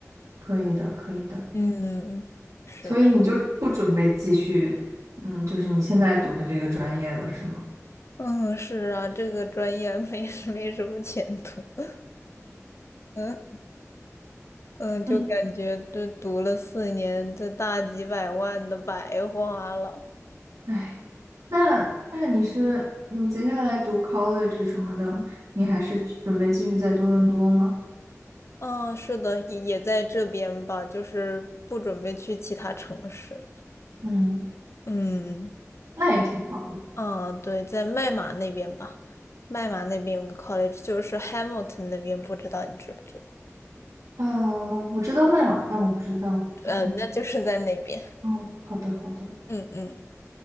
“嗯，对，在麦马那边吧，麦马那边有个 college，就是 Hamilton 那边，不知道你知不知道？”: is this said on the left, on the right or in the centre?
Left